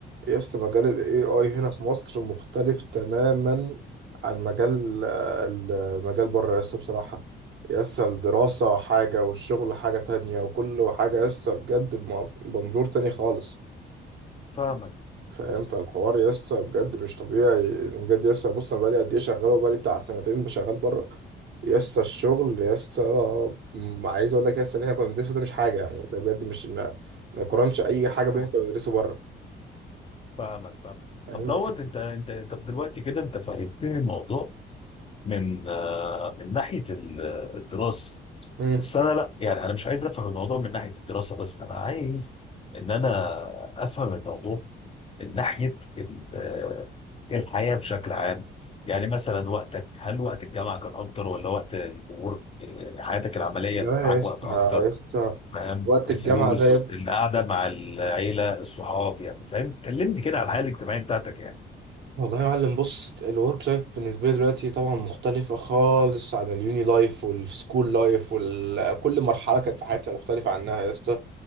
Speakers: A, on the right; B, on the left.
A: يس مجال الاي اي هنا في مصر مختلف تماما عن مجال آه، المجال بره يس بصراحه يس الدراسه حاجه والشغل حاجه تانية وكل حاجه يس بجد بم- بمنظور تاني
B: مم.
A: خالص
B: فاهمك
A: فاهم فالحوار يا اسطى بجد مش طبيعي بجد يا اسطى بص انا بقالي قد ايه شغال وبقالي بتاع سنتين بشغال بره يا اسطى الشغل يا اسطى م- عايز اقول لك يا اسطى ان احنا كنا بندرسه ده مش حاجه يعني ده بجد مش ما, ما يقارنش اي حاجه
B: فاهمك
A: باللي احنا كنا بندرسه بره
B: فاهمك فاهم
A: فاهم
B: طب دوت
A: بس
B: انت انت طب دلوقتي كده انت فهمتني الموضوع من آه، من ناحيه ال- الدراسه
A: امم
B: بس انا لا يعني انا مش عايز افهم الموضوع من ناحيه الدراسه بس انا عايز ان انا افهم الموضوع ناحيه ال- الحياه بشكل عام يعني مثلا وقتك هل وقت الجامعه كان اكتر ولا وقت الورك يعني حياتك العمليه
A: لا
B: معاك
A: يا اسطى
B: وقت اكتر
A: يا اسطى
B: فاهم
A: وقت
B: الفلوس
A: الجامعة ده يا ابني
B: القعده مع العيله الصحاب يعني فاهم كلمني كده على الحياه الاجتماعيه بتاعتك يعني
A: والله يا معلم بص الورك لايف بالنسبة لي دلوقتي طبعا مختلفة خالص عن اليوني لايف والسكول لايف وكل مرحلة كانت في حياتنا مختلفة عنها يا اسطى